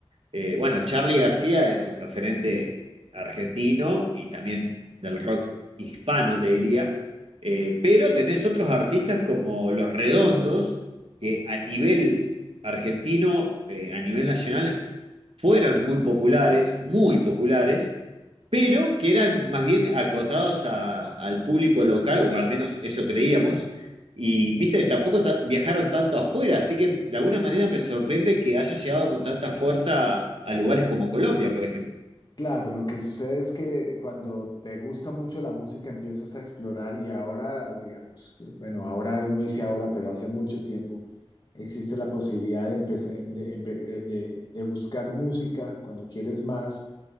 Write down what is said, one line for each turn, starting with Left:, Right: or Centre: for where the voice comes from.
Right: eh, bueno, Charly García es un referente argentino y también del rock hispano, te diría. Eh, pero tenés otros artistas como Los Redondos, que a nivel argentino, eh, a nivel nacional, fueron muy populares, muy populares, pero que eran más bien acotados a- al público local, o al menos eso creíamos y viste, que tampoco ta- viajaron tanto afuera, así que de alguna manera me sorprende que haya llegado con tanta fuerza a lugares como Colombia, por ejemplo.
Left: Claro, lo que sucede es que cuando te gusta mucho la música empiezas a explorar y ahora, digamos, que, bueno, ahora uno dice ahora, pero hace mucho tiempo existe la posibilidad de, empezar- de, empe- eh, de- de buscar música cuando quieres más.